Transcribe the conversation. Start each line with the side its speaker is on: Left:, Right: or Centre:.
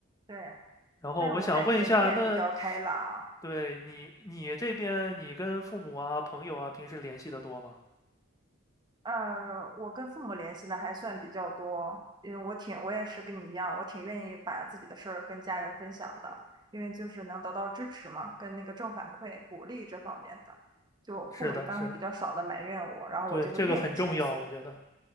Right: 对。
Left: 然后我想问一下，
Right: 但是我感觉你也比较开朗。
Left: 那对，你你这边你跟父母啊、朋友啊，平时联系的多吗？
Right: 呃，我跟父母联系的还算比较多，因为我挺，我也是跟你一样，我挺愿意把自己的事儿跟家人分享的，因为就是能得到支持嘛，跟那个正反馈、鼓励这方面的，就父母一般会比较少的埋怨我，
Left: 是的，是的，
Right: 然后我就会愿意倾诉。
Left: 对，这个很重要，我觉得